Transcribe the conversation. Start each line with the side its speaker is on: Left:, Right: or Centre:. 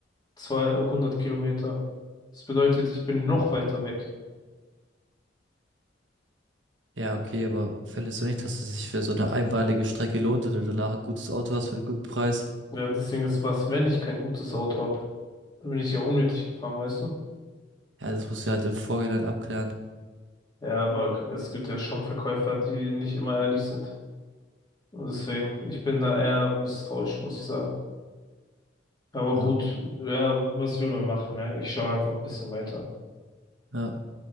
Left: zweihundert Kilometer. Das bedeutet, ich bin noch weiter weg.
Right: Ja, okay, aber findest du nicht, dass es sich für so eine einmalige Strecke lohnt und du danach ein gutes Auto hast für einen guten Preis?
Left: Ja, deswegen ist was, wenn ich kein gutes Auto hab Dann bin ich ja unnötig gefahren, weißt du?
Right: Ja, das musst du halt im Vorhinein abklären.
Left: Ja, aber es gibt ja schon Verkäufer, die nicht immer ehrlich sind. Und deswegen, ich bin da eher misstrauisch, muss ich sagen. Aber
Right: Ja,
Left: gut, ja, was will man machen, ne? Ich schaue einfach ein bisschen weiter.
Right: ja.